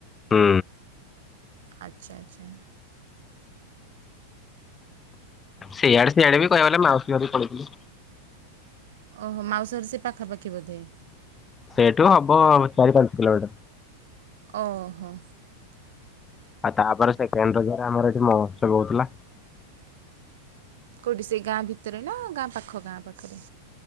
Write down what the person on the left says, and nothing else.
ହୁଁ,
ସେଇଆଡେ ସିଆଡେ ବି କହିଆକୁ ଗଲେ ମାଉସୀ ଘରୁ ପଳେଇଥିଲି।
ସେଇଠୁ ହବ ଚାରି ପାଞ୍ଚ କିଲୋମିଟର।
ଆଉ ତାପରେ ସେକେଣ୍ଡ ରଜ ରେ ଆମର ଏଠି ମହୋତ୍ସବ ହୋଉଥିଲା।